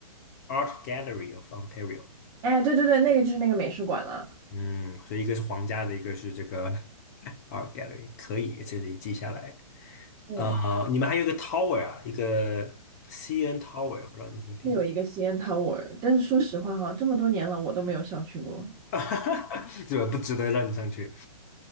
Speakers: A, on the left (about 25°); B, on the right (about 15°).
A: Art Gallery of Ontario。
B: 哎，对对对，那个就是那个美术馆了，
A: 嗯，所以一个是皇家的，一个是这个 <laughs> Art Gallery，可以，这里记下来。
B: 对，
A: 呃，你们还有一个 Tower 啊，一个 CN Tower，不知道你怎么听的，
B: 是有一个 CN Tower，但是说实话哈，这么多年了，我都没有上去过。
A: <laughs> 这个不值得让你上去。